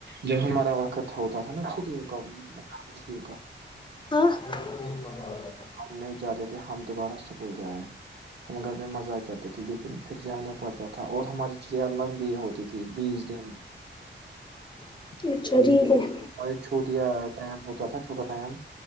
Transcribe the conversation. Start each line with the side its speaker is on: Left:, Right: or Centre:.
Right: جب ہمارا وقت تھا ہوتا تھا نا چھٹیوں کا چھٹیوں کا
Left: ہ <unintelligible>
Right: ہم نہیں جا رہے تھے ہم دوبارہ سکول ج آئے ہم گھر میں مزہ کرتے تھے لیکن پھر جانا پڑتا تھا اور ہماری چڑیا لمبی ہوتی تھی بیس دن
Left: اچھا ٹھیک ہے
Right: اور چھوٹیا ٹم ہوتا تھا چھوٹا ٹائم